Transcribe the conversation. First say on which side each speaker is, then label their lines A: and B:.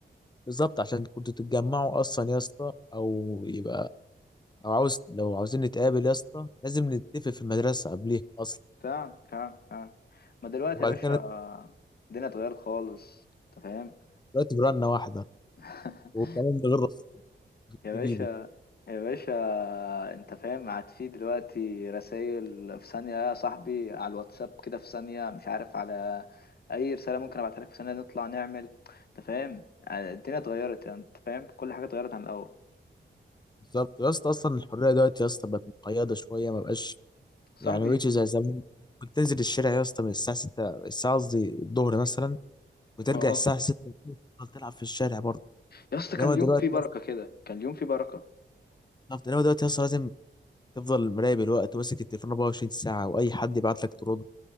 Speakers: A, on the left; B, on the left.
A: بالظبط عشان كنتوا تتجمعوا اصلا يا اسطى او يبقى او عاوز لو عاوزين نتقابل يا اسطى لازم نتفق في المدرسه قبليها اصلا
B: فعلا فعلا فعلا ما دلوقتي
A: وبعد
B: يا باشا
A: كده نطلع
B: الدنيا اتغيرت خالص انت فاهم
A: دلوقتي برنه واحده
B: <laughs>
A: وكمان ده غير رصيد
B: يا
A: تجيلي
B: باشا يا باشا انت فاهم قاعد في دلوقتي رسائل في ثانية يا صاحبي على الواتساب كده في ثانية مش عارف على اي رسالة ممكن ابعتها لك في ثانية نطلع نعمل انت فاهم الدنيا اتغيرت يعني انت فاهم كل حاجة اتغيرت عن الاول
A: بالظبط يا اسطى اصلا الحريه دلوقتي يا اسطى بقت مقيده شويه ما بقاش
B: صاحبي
A: يعني مبقتش زي زمان كنت تنزل الشارع يا اسطى من الساعه 6 الساعه قصدي الظهر مثلا وترجع
B: اه
A: الساعه 6 تفضل تلعب في الشارع برضه
B: يا اسطى كان
A: انما
B: اليوم
A: دلوقتي
B: فيه بركة
A: يا اسطى
B: كده كان اليوم فيه بركة
A: انما دلوقتي يا اسطى لازم تفضل مراقب الوقت وماسك التليفون 24 ساعه واي حد يبعت لك ترد